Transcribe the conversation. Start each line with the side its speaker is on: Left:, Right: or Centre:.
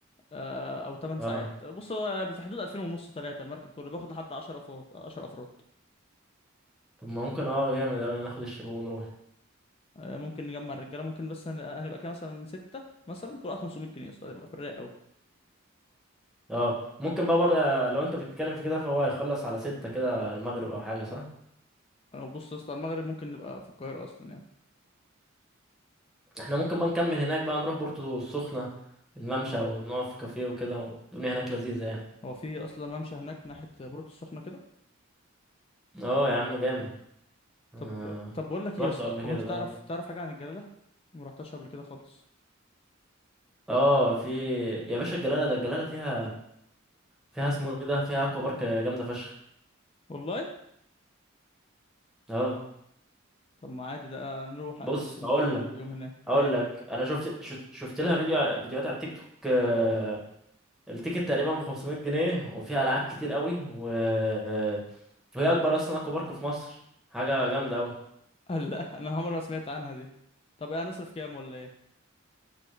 Left: آه، او 8
Centre: اه
Left: ساعات بص هو في حدود 2000 ونص 3 المركب كله بياخد لحد 10 افراد 10 افراد
Centre: طب ما ممكن اه جامد اوي ناخد الشباب ونروح
Left: آه، ممكن نجمع الرجاله ممكن بس هن- هنبقى كده مثلا 6 مثلا كل واحد 500 جنيه يا اسطى هيبقى في الرايق قوي
Centre: اه ممكن بقى بره لو انت بتتكلم في كده فهو هيخلص على ستة كده المغرب او حاجة صح
Left: او بص يا اسطى المغرب ممكن نبقى في القاهره اصلا يعني
Centre: احنا ممكن بقى نكمل هناك بقى نروح بورتو السخنة الممشى ونقف في كافيه وكده والدنيا هناك لذيذة يعني
Left: هو في اصلا ممشى هناك ناحيه بورتو السخنه كده
Centre: اه يا عم جامد آه.
Left: طب طب بقول لك ايه
Centre: رحته
Left: يا اسطى
Centre: قبل كده
Left: هو انت تعرف
Centre: اه
Left: تعرف حاجه عن الجلاله ما رحتهاش قبل كده خالص
Centre: اه في يا باشا الجلالة ده الجلالة فيها فيها اسمه ايه ده فيها اكوا بارك جامدة فشخ
Left: والله
Centre: اه
Left: طب ما عادي ده نروح عادي
Centre: بص
Left: ممكن
Centre: هقول
Left: نكمل
Centre: لك
Left: اليوم هناك
Centre: هقول
Left: ايه ده
Centre: لك انا شفت شفت, شفت لها فيديو ع- فيديوهات على التيك توك آه، التيكت تقريبا ب 500 جنيه وفيها العاب كتير قوي و... آه، وهي اكبر اصلا اكوا بارك في مصر حاجه جامده قوي
Left: <laughs> آه، لا انا عمري ما سمعت عنها دي طب ايه هنصرف كام ولا ايه